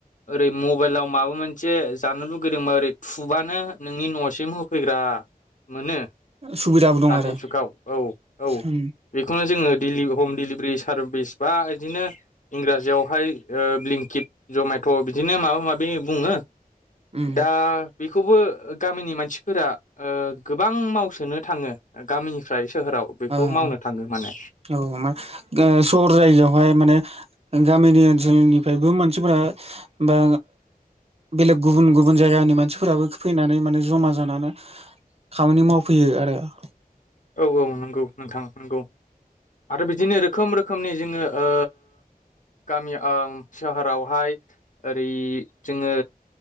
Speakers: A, on the left (about 55°); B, on the right (about 40°).
A: ओरै मबाइलाव माबा मोनसे जानो लुुबैदोंबा ओै थुबानो नोंनि न'सिम होफैग्रा मोनो
B: सुबिदाबो दं
A: दानि
B: आरो
A: जुगाव औ। औ
B: उम
A: बेखौनो जो ङो दिलि हम दिलिब्रि सारबेस बा इदिनो इंराजि आवहाय ओ ब्लिंखिद जमेट' बिदिनो माबा माबि बुङो।
B: उम
A: दा बेखौबो गामिनि मानसिफोरा गोबां मावसोनो थाङो गामिनिफ्राय सोहोराव बेखौ
B: ओ
A: मावनो थाङो माने
B: औ मा सहर जायगायावहाय माने गामिनि ओनसोलनिफ्रायबो मानसिफोरा बा बेलेग गुबुन गुबुन जायगानि मानसिफोराबो फैनानै माने जमा जानानै खामानि मावफैयो आरो ।
A: औ औ नोंगौ नोंथां। नोंगौ आरो बिदिनो खोम रोखोमनि जोङो ओ गामि आ सोहोरावहाय ओरै जोङो